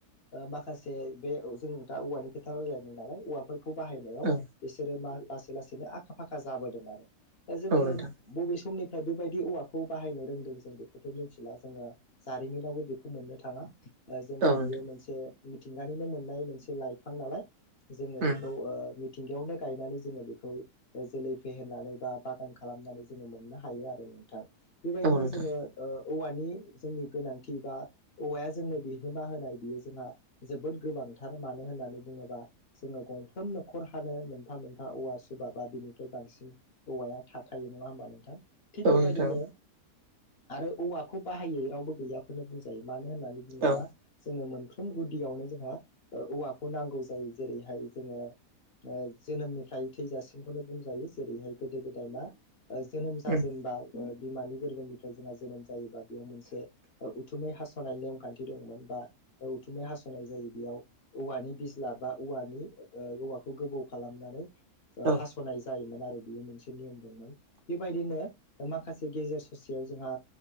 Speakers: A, on the left; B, on the right.
A: ओ माखासे बे जों दा औवानि खोथा रायलायदों नालाय औवाफोर खौ बाहायनायाव
B: औ
A: बिसोरो लासै लासैनो आखा फाखा जाबोदों आरो दा जोङो
B: औ नोंथां
A: बबे समनिफ्राय बेबायदि औवाखौ बाहायनो रोंदों जों बेखौथ' मिथिला जोङो जारिमिनावबो बेखौ मोननो थाङा जोङो
B: औ नोंथां
A: बियो मोनसे मिथिंगानिनो मोननाय मोनसे लाइफां नालाय जोङो
B: उम
A: बेखौ ओ मिथिंगायावनो गायनानै जोङो बेखौ जोलै फेहेरनानै बा बागान खालामनानै जोङो मोननो हायो आरो नोंथां। बेबायदिनो
B: औ नोंथां
A: जोङो ओ औवानि जोंनि गोनांथि बा औवाया जोंनो बिहोमा होनाय बियो जोंहा जोबोद गोबांथार मानो होननानै बुङोबा जोङो गंफ्रोम न'खर हानो मोनफा मोनफा औवा सुबा बा बिनिफ्राय बांसिन औवाया थाखायो नङा होमबा नोंथां। थिग बेबायदिनो
B: औ नोंथां
A: आरो औवाखौ बाहायै रावबो गैयाखौनो बुंजायो मानो होननानै दिनोबा
B: औ
A: जोङो मोनफ्रोम गुदियावनो जोंहा औवाखौ नांगौ जायो जेरैहाय जोङो ओ जोनोमनिफ्राय थैजासिमखौनो बुंजायो जेरैहाय गोदो गोदाय मा ओ जोनोमजा
B: उम
A: जेनबा ओ बिमानि गोरबोनिफ्राय जोंहा जोनोम जायोबा बेयाव मोनसे उथुमै हासनाय नेमखान्थि दंमोन बा उथुमै हासनाय जायो बेयाव औवानि बिज्ला बा औवानि ओ औवाखौ गोबौ खालामनानै
B: औ
A: हासनाय जायोमोन आरो बियो मोनसे नियम दंमोन बेबायदिनो माखासे गेजेर ससेयाव जोंहा